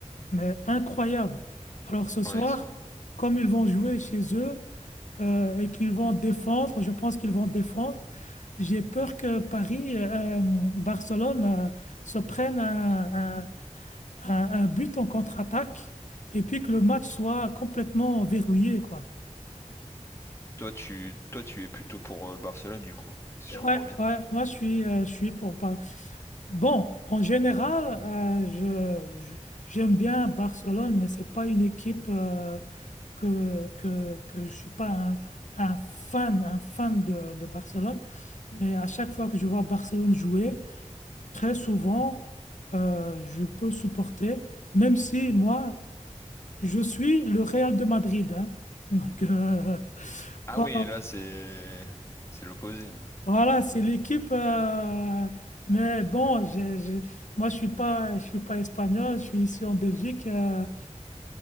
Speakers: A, on the left; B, on the left.
A: mais incroyable. Alors ce soir,
B: ouais, ils sont-
A: comme ils vont jouer chez eux. euh, et qu'ils vont défendre. Je pense qu'ils vont défendre. J'ai peur que Paris, euh, euh, Barcelone, euh, se prenne un, un- un- un but en contre-attaque et puis que le match soit complètement verrouillé, quoi.
B: Toi, tu toi, tu es plutôt pour euh, le Barcelone, du coup, si
A: Ouais,
B: je comprends bien.
A: ouais, moi je suis, euh, je suis pour pas. Bon, en général, euh, je, je- j'aime bien Barcelone, mais c'est pas une équipe. euh, que, que, que je ne suis pas un, un fan, un fan de, de Barcelone, mais à chaque fois que je vois Barcelone jouer, très souvent, euh, je peux supporter, même si moi, je suis le Real de Madrid. hein. <laughs> Donc, euh,
B: Ah
A: quand-
B: oui, là, c'est c'est l'opposé. ouais.
A: voilà, c'est l'équipe. euh, mais bon, je, je- moi, je suis pas, je suis pas espagnol, je suis ici en Belgique. euh,